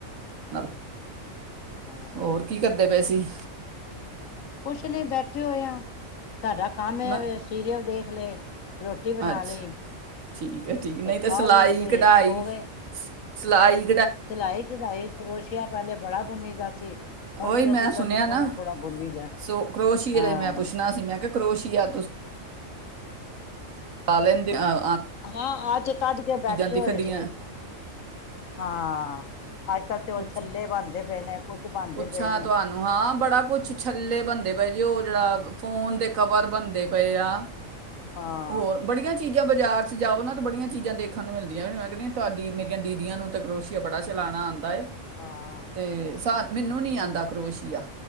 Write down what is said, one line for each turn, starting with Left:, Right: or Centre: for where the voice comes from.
Right: ਨਾਲ
Left: ਹਾਂ
Right: ਹੋਰ ਕੀ ਕਰਦੇ ਦੇ ਪਏ ਸੀ
Left: ਕੁਛ ਨੇ ਬੈਠੇ ਹੋਏ ਆ ਤੁਹਾਡਾ ਕੰਮ ਇਹਵੇ
Right: ਮੈਂ
Left: ਸੀਰੀਅਲ ਦੇਖ ਲਏ ਰੋਟੀ ਬਣਾ
Right: ਅੱਛਾ
Left: ਲਈ
Right: ਠੀਕ ਹੈ ਠੀਕ ਨਹੀਂ
Left: ਤੇ
Right: ਤਾਂ
Left: ਖਾ
Right: ਸਿਲਾਈ
Left: ਲਈ ਤੇ
Right: ਕਢਾਈ
Left: ਸੋ ਗਏ
Right: ਸਲਾਈ
Left: ਸਿਲਾਈ ਕਢਾਈ ਕਰੋਸ਼ਆ ਪਹਿਲੇ ਬੜਾ ਬੁਨੀ ਦਾ ਸੀ ਹੁਣ
Right: ਉਹੀ
Left: ਕਦੀ
Right: ਮੈਂ ਸੁਣਿਆ
Left: ਕਦੀ ਥੋੜ੍ਹਾ
Right: ਨਾ
Left: ਥੋੜਾ ਬੁਨੀਦਾ
Right: ਸੋ ਕਰੋਸ਼ੀਏ
Left: ਹਾਂ
Right: ਦਾ ਹੀ ਮੈਂ ਪੁੱਛਣਾ ਸੀ ਮੈਂ ਕਿਹਾ ਕਰੋਸ਼ੀਆ ਪਾ ਲੈਂਦੀ ਆਹ
Left: ਹਾਂ, ਅੱਜ ਕੱਢ ਕੇ ਬੈਠੇ
Right: ਦਿਖਦੀਆਂ
Left: ਹੋਏ ਸੀ, ਹਾਂ। ਅੱਜ-ਕੱਲ੍ਹ ਤੇ ਉਹ
Right: ਪੁੱਛ
Left: ਛੱਲੇ ਬਨਦੇ ਪਏ ਨੇ। ਕੁਛ ਬਣਦੇ
Right: ਪੁੱਛਾਂ
Left: ਪਏ ਨੇ
Right: ਤੁਹਾਨੂੰ ਹਾਂ, ਬੜਾ ਕੁੱਛ ਛੱਲੇ ਬੰਦੇ ਪਏ ਜੇ ਉਹ ਜਿਹੜਾ ਫੋਨ ਦੇ ਕਵਰ ਬਨਦੇ ਪਏ ਆ।
Left: ਹਾਂ
Right: ਹੋਰ ਬੜੀਆਂ ਚੀ ਜਾਂ ਬਾਜ਼ਾਰ ਚ ਜਾਓ ਨਾ ਤਾਂ ਬੜੀਆਂ ਚੀਜ਼ਾਂ ਦੇਖਣ ਨੂੰ ਮਿਲਦੀਆਂ ਵੀ ਮੈਂ ਕਹਿੰਦੀ ਆਂ ਤੁਹਾਡੀ ਮੇਰੀਆਂ ਦੀਦੀਆਂ ਨੂੰ ਤੇ ਕਰੋਸ਼ੀਆ ਬੜਾ ਚਲਾਣਾ ਆਂਦਾ ਏ।
Left: ਹਾਂ
Right: ਤੇ ਸਾ ਮੈਨੂੰ ਨੀ ਆਂਦਾ ਕਰੋਸ਼ੀਆ।